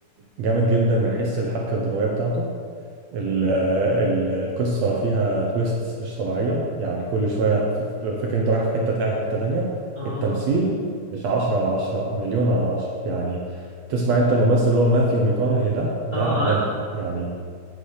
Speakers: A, on the right; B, on the left.
A: جامد جدا من حيث الحبكه الدراميه بتاعته ال- ال- القصة فيها تويستس مش طبيعية يعني كل شوية بتف- فاكر انت رايح في حتة تلاقي حتة تانية
B: اه
A: التمثيل مش عشرة على عشرة مليون على عشرة يعني تسمع انت الممثل اللي هو ماثيو ميكونهي ده ده
B: اه
A: عالمي
B: عارفه
A: يعني